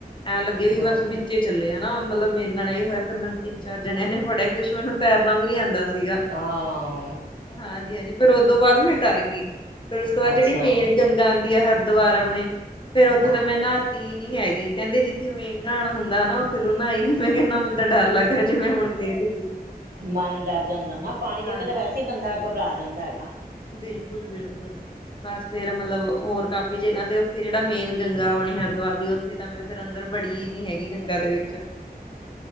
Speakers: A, on the left; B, on the right.
A: ਐਂ ਲੱਗੇ ਵੀ
B: ਹੂੰ
A: ਬਸ ਵਿੱਚੇ ਚੱਲੇ ਹਨਾ ਮਤਲਬ ਮੇਰੇ ਨਾਲ ਇਹ ਹੋਇਆ ਫਿਰ। ਮੈਨੂੰ ਤਿੰਨ ਚਾਰ ਜਣਿਆਂ ਨੇ ਫੜਿਆ ਕੁਛ ਮੈਨੂੰ ਤੈਰਨਾ ਵੀ ਨੀ ਆਉਂਦਾ ਸੀਗਾ।
B: ਹਾਂ।
A: ਹਾਂਜੀ, ਹਾਂਜੀ ਫੇਰ ਉਦੋਂ ਬਾਅਦ ਮੈਂ ਡਰ ਗਈ ਫੇਰ ਉਸ ਤੋਂ ਬਾਅਦ
B: ਅੱਛਾ
A: ਜਿਹੜੀ ਮੇਨ ਗੰਗਾ ਆਉਂਦੀ ਆਂ। ਦੁਵਾਰਾ ਆਪਣੀ। ਫੇਰ ਉੱਥੇ
B: ਅਹ,
A: ਤਾਂ ਮੈਂ ਨਾਤੀ ਨੀ ਹੈਗੀ ਕਹਿੰਦੇ ਜਿੱਥੇ ਮੇਨ ਨਾਣਾ ਹੁੰਦਾ ਨਾ ਉੱਥੇ ਤੂੰ ਨਾਈ ਨੀ। ਮੈਂ ਕਿਹਾ ਨਾ ਮੈਨੂੰ ਤਾਂ ਡਰ ਲੱਗ ਰਿਹਾ ਜਿਵੇਂ ਹੁਣ। ਫੇਰ ਡੁੱਬਗੀ
B: ਮਨ ਡਰ ਜਾਂਦਾ ਨਾ ਪਾਣੀ ਦੇਖ
A: ਹਾਂਜੀ
B: ਕੇ ਤਾਂ ਵੈਸੇ ਹੀ ਬੰਦਾ ਘਬਰਾ ਜਾਂਦਾ ਹੈਗਾ।
A: ਬਿਲਕੁਲ ਬਿਲਕੁਲ ਬਸ ਫੇਰ ਮਤਲਬ ਹੋਰ ਕਾਫੀ ਜਗ੍ਹਾ ਤੇ ਉੱਥੇ ਜਿਹੜਾ ਮੇਨ ਗੰਗਾ ਆਪਣੀ ਹਰਿਦੁਆਰ ਦੀ ਉੱਥੇ ਤਾਂ ਮੈਂ‌। ਫਿਰ ਅੰਦਰ ਬੜੀ ਨੀ ਹੈਗੀ ਗੰਗਾ ਦੇ ਵਿੱਚ।
B: <unintelligible>